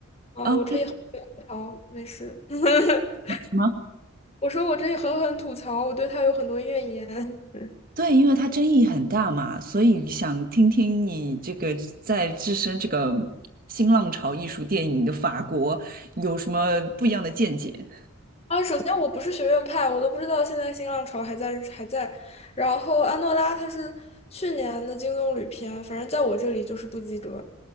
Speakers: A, on the left; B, on the right.
A: 啊，
B: 啊，
A: 我这里很吐槽，没事。<laughs>
B: 什么？
A: 我说我可以狠狠吐槽，我对他有很多怨言。<laughs>
B: 对，因为它争议很大嘛，所以想听听你这个在置身这个新浪潮艺术电影的法国有什么不一样的见解？
A: 啊，首先我不是学院派，我都不知道现在新浪潮还在还在。然后安诺拉他是去年的金棕榈片，反正在我这里就是不及格。